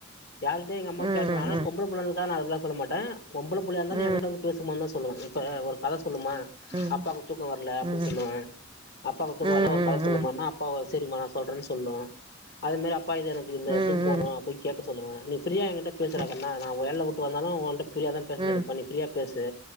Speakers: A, on the left (about 55°); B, on the right (about 20°).
A: யாருக்கிட்டயு எங்க அம்மா
B: ம்
A: ஷேர் பண்ணாது ஆனா பொம்பளப்பிள்ளன்றதுக்காக நா அப்டிலா சொல்ல மாட்டே பொம்பளப் புள்ளயா இருந்தாலு
B: ம்
A: ஏங்கிட்ட வந்து பேசுமான்தா சொல்லு இப்ப ஒரு கத சொல்லுமா
B: ம்
A: அப்பாக்கு தூக்க வர்ல அப்டின்
B: ம் ம்
A: சொல்லுவே அப்பாக்கு தூக்கவர்லனா
B: ம்
A: ஒரு கத சொல்லுமான்
B: ம்
A: னா அப்போ சேரிமா நா சொல்றேன் சொல்லு அதே மாரி அப்பா இது எனக்கு இந்த
B: ம் ம்
A: எடத்துக்கு போனு அப்டின் கேக் இப்ப சொல்லுங்க நீீ ஃப்ரீயா எங்கிட்ட பேசுறவன்னா
B: ம்
A: நா வேல விட்டு வந்தாலு ஒன்ட்ட ஃப்ரீயா தா பேச
B: ம்
A: நெனைப்ப நீ ஃப்ரியா பேசு